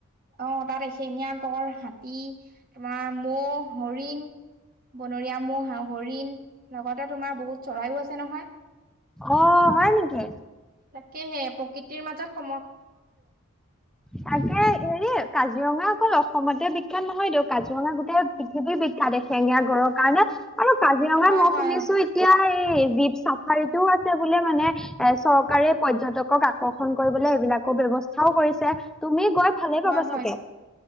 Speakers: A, on the right; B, in the centre.
A: অ', তাত এশেঙীয়া গড়, হাতী, তোমাৰ ম'হ, হৰিণ। বনৰীয়া ম'হ হৰিণ লগতে তোমাৰ বহুত চৰাইও আছে নহয়।
B: অ', হয় নেকি?
A: সেয়েহে প্ৰকৃতিৰ মাজত সম
B: তাকে হেৰি কাজিৰঙা অকল অসমতে বিখ্যাত নহয়টো। কাজিৰঙা গোটেই পৃথিৱীৰ বিখ্যাত এশিঙীয়া গড়ৰ কাৰণে। আৰু কাজিৰঙাত
A: হয়
B: মই
A: হয়
B: শুনিছো এতিয়া এই জীপ চাফাৰীটোও আছে বোলে মানে এ চৰকাৰে পৰ্যটকক আকৰ্ষণ কৰিবলে এইবিলাক আকৌ ব্যৱস্থাও কৰিছে তুমি ভালে
A: হয়
B: পাবা
A: হয়
B: চাগে